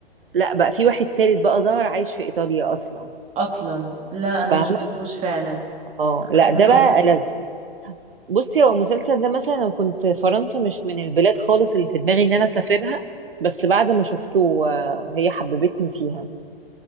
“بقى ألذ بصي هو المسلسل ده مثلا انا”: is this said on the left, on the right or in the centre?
Right